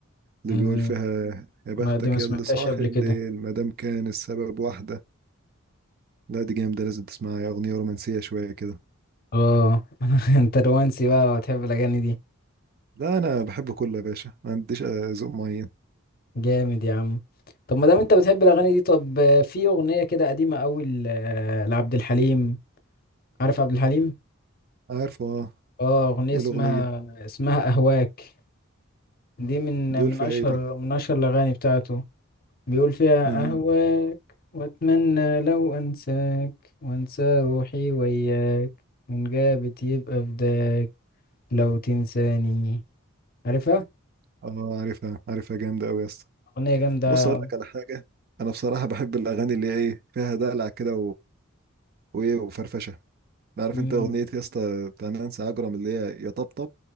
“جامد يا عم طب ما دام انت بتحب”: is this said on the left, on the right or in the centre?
Left